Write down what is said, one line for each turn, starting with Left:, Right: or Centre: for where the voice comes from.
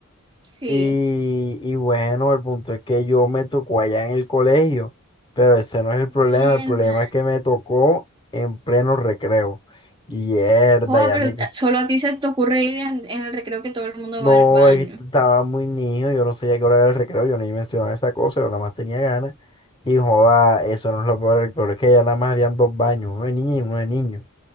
Right: sí.
Left: Y, y bueno, el punto es que yo me tocó allá en el colegio, pero ese no es el problema,
Right: Mierda.
Left: el problema es que me tocó en pleno recreo. Y herda,
Right: Joder,
Left: ya
Right: pero
Left: me...
Right: solo a ti se te ocurre ir en, en el recreo que todo el mundo
Left: No,
Right: va al baño.
Left: es que estaba muy niño, yo no sabía qué hora era el recreo, yo ni mencionaba esa cosa, yo nada más tenía ganas. Y joda, eso no es lo peor, el peor es que allá nada más habían dos baños, uno de niña y uno de niño.